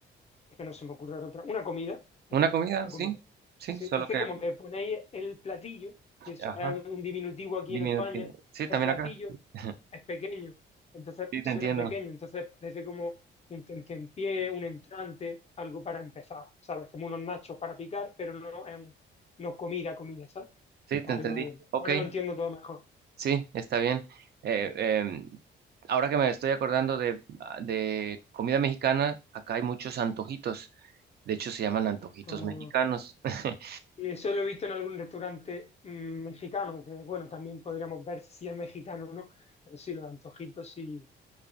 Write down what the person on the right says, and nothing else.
Una
comida,
sí.
Sí,
solo
que...
Ajá,
diminutivo.
Sí,
también
acá. <laughs>
Sí, te
entiendo.
Sí, te
entendí.
Ok.
Sí, está bien. Eh, em, ahora que me estoy acordando de, ah, de comida mexicana, acá hay muchos antojitos. De hecho, se llaman antojitos
mexicanos. <laughs>